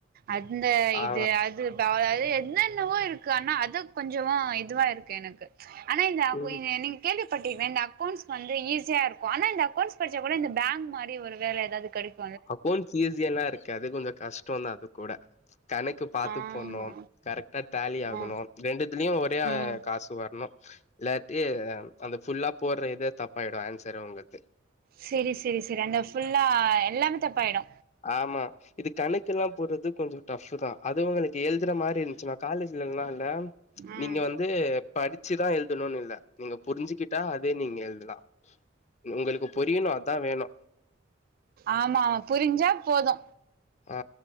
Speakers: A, on the right (about 50°); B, on the left (about 35°).
A: அந்த
B: ஆ
A: இது அ து பல அதாவது என்னென்னவோ இருக்கு ஆனா அது கொஞ்சமா இதுவா இருக்கு எனக்கு ஆனா இது அப்போ
B: ம்
A: இது நீங்க கேள்விப்பட்ருக்கே இந்த அக்கௌண்ஸ் வந்து ஈஸிய இருக்கு ஆனா இந்த அக்கௌண்ஸ் படிச்சா கூட இந்த பேங்க் மாரி ஒரு வேலை எதாவ்து கெடைக்
B: அக்கௌண்ஸ் ஈஸியால்லா இருக்காது அது கொஞ்ச கஷ்டோந்தா அது கூட கணக்கு பாத்து
A: ஆஹா
B: போன்னோ கரெக்டா டேலிஆகணு
A: ஆ
B: ரெண்டுத்துலியு ஒரே
A: ஆ
B: அ காசு வர்ணு இல்லாட்டி அந்த ஃபுல்லா போட்ற இதே தப்பாய்டு ஆன்சரே உங்களுக்
A: செரி செரி செரி அந்த ஃபுல்லா எல்லாமே தப்பாயிடு
B: ஆமா இது கணக்குல்லா போட்றது கொஞ்சோ டஃப்பு தா அது உங்களுக்கு எழ்துற மாரி இந்துச்னா காலேஜ்லெல்லால
A: ம்
B: நீங்க வந்து படிச்சுதா எழுதணுன் இல்ல நீங்க புரிஞ்சுக்கிட் டா அதே நீங்க எழுதலா உங்களுக்கு புரியணு அதா வேணு
A: ஆமா புரிஞ்சா போது
B: ஆ